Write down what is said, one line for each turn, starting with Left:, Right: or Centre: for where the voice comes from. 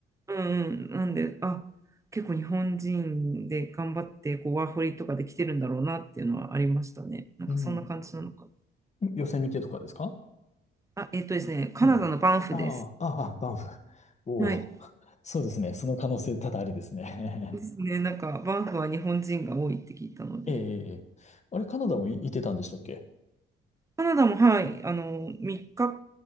Right: うんうん、なんで、あ、結構日本人で頑張ってこうワーホリとかで来てるんだろうなっていうのはありましたね。なんかそんな感じなのか。
Left: うん。ヨセミテとかですか
Right: あ、えっとですね、カナダのバンフです。
Left: うん。ああ、ああ、バンフ。おお。
Right: はい。
Left: そうですね。その可能性多々ありですね。
Right: ですね、なんかバンフは日本人が多いって聞いたので、
Left: <laughs> ええ、ええ。あれ、カナダもい、いてたんでしたっけ
Right: カナダもはい、あの3日、ん